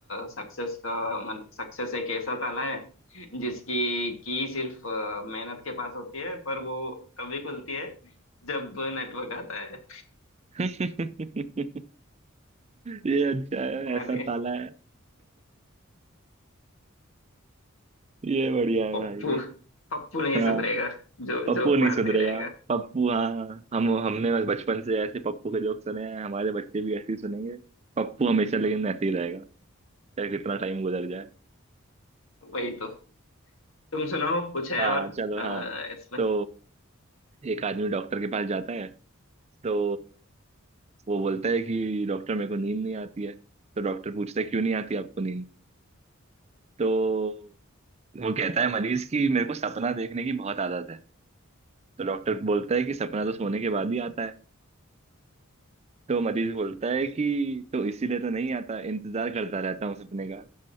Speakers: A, on the left (about 70°); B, on the right (about 30°).
A: सक्सेस का मन सक्सेस एक ऐसा ताला है जिसकी की सिर्फ अ, मेहनत के पास होती है पर वो तभी खुलती है जब नेटवर्क आता है
B: <laughs> ये अच्छा है
A: अरे
B: ऐसा ताला है ये बढ़िया है
A: पप्पू
B: भाई
A: पप्पू नहीं
B: हाँ।
A: सुधरेगा जो
B: पप्पू
A: जोक
B: नहीं
A: मारते
B: सुधरेगा
A: ही रहेगा
B: पप्पू हाँ हम हमने बस बचपन से ऐसे पप्पू के जोक सुने हैं हमारे बच्चे भी ऐसे ही सुनेंगे पप्पू हमेशा लेकिन ऐसे ही रहेगा चाहे कितना टाइम गुजर जाए
A: वही तो तुम सुनाओ कुछ है
B: हाँ
A: और
B: चलो
A: अ,
B: हाँ
A: इसमें
B: तो एक आदमी डॉक्टर के पास जाता है तो वो बोलता है कि डॉक्टर मेरे को नींद नहीं आती है तो डॉक्टर पूछता है क्यों नहीं आती आपको नींद तो वो कहता है मरीज की मेरे को सपना देखने की बहुत आदत है तो डॉक्टर बोलता है कि सपना तो सोने के बाद ही आता है तो मरीज बोलता है कि तो इसीलिए तो नहीं आता इंतजार करता रहता हूँ सपने का